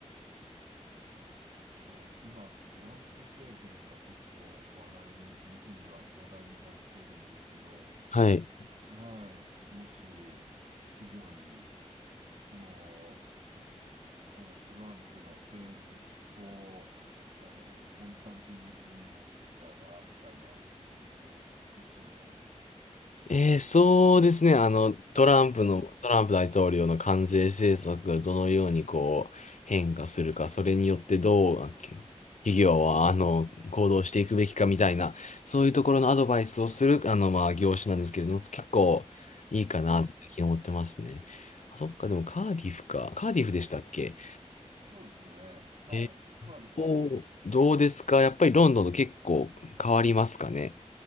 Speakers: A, on the right; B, on the left.
A: と、今、トランプ政権が結構話題に、日本では話題になってるんですけど、
B: はい。
A: はい。もし、企業に、この、あの、トランプの政治を、あの、コンサルティングするんだったら、みたいなことでしょうかね。
B: えー、そうですね。あの、トランプの、
A: うん。
B: トランプ大統領の関税政策がどのようにこう変化するか、それによってどうあき企業はあの行動していくべきかみたいな、そういうところのアドバイスをするあの、まあ、業種なんですけれども、結構いいかなって最近思ってますね。
A: はい。
B: あ、そっか、でもカーディフか。カーディフでしたっけ
A: そうですね。
B: <laughs>
A: はい。
B: えー、
A: カーディフです。
B: おーどうですかやっぱりロンドンと結構変わりますかね。